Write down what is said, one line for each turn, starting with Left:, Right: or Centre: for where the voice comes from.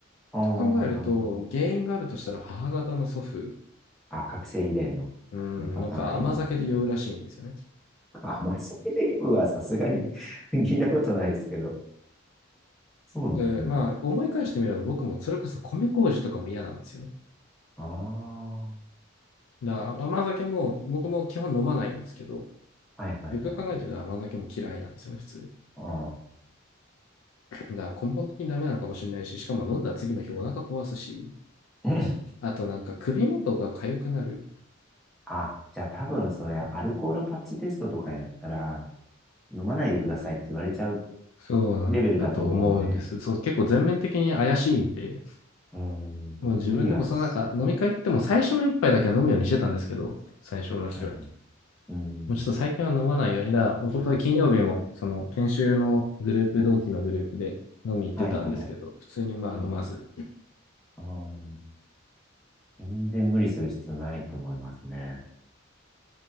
Centre: ああ、
Left: と考えると、
Centre: なるほど。
Left: 原因があるとしたら母方の祖父、
Centre: あ、覚醒遺伝の、
Left: うん、
Centre: このパターンありえますね。
Left: なんか甘酒で酔うらしいんですよね。
Centre: あ、マスキレームは <laughs> さすがに <laughs> 聞いたことないですけど。そうなんですね。
Left: で、まあ思い返してみれば僕もそれこそ米麹とかも嫌なんですよね。
Centre: ああ、はい
Left: だから甘酒も僕も基本飲まないんですけど、
Centre: はいはいはい。
Left: よくよく考えてみたら甘酒も嫌いなんですよね、普通に。
Centre: あ
Left: だから根本的にダメなのかもしれないし、しかも飲んだ次の日お腹壊すし、
Centre: あ、
Left: あとなんか首元が痒くなる
Centre: <clears throat> あ、じゃあ多分それ、アルコールパッチテストとかやったら、飲まないでくださいって言われちゃう
Left: そうなんだと思うんです。
Centre: レベルだと思うんで、
Left: そう、結構全面的に怪しいんで、
Centre: うーん、
Left: もう自分でもそのなんか飲み会行っても最初の一杯だけは飲むようにしてたんですけど、
Centre: 無理はし、
Left: 最初の日は。
Centre: はいはい。うーん、
Left: もうちょっと最近は飲まないようにだ、一昨日金曜日もその研修のグループ、同期のグループで飲み行ってたんですけど、
Centre: はいはいはい。
Left: 普通にまあ飲まず。
Centre: はいはい。あー全然無理する必要ないと思いますね。